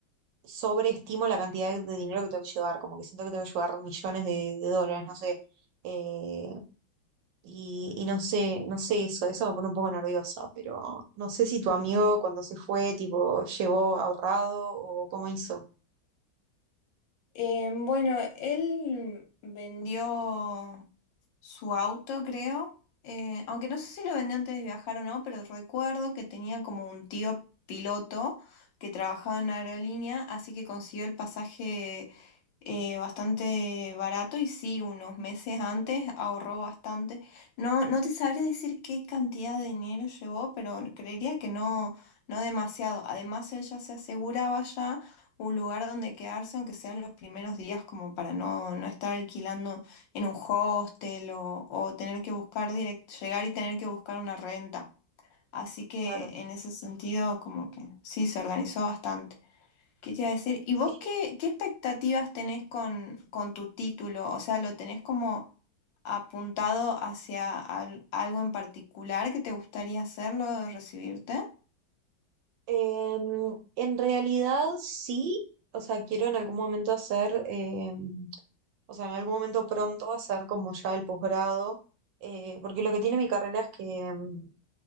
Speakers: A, on the right; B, on the left.
A: sobreestimo la cantidad de dinero que tengo que llevar, como que siento que tengo que llevar millones de, de dólares, no sé, eh, y, y no sé, no sé eso, eso me pone un poco nerviosa, pero no sé si tu amigo cuando se fue, tipo, llegó ahorrado o cómo hizo.
B: Eh, bueno, él vendió su auto, creo. Eh, aunque no sé si lo vendió antes de viajar o no, pero recuerdo que tenía como un tío piloto que trabajaba en aerolínea, así que consiguió el pasaje eh, bastante barato y sí, unos meses antes ahorró bastante. No, no te sabría decir qué cantidad de dinero llevó, pero creería que no, no demasiado. Además, él ya se aseguraba ya un lugar donde quedarse, aunque sean los primeros días, como para no, no estar alquilando en un hostel o, o tener que buscar direct, llegar y tener que buscar una renta. Así que
A: Claro.
B: en ese sentido, como que sí, se organizó bastante. ¿Qué te iba a decir? ¿Y
A: Sí.
B: vos qué, qué expectativas tenés con, con tu título? O sea, ¿lo tenés como apuntado hacia al- algo en particular que te gustaría hacerlo, recibirte?
A: En, en realidad sí, o sea, quiero en algún momento hacer, eh, o sea, en algún momento pronto hacer como ya el posgrado, eh, porque lo que tiene mi carrera es que em,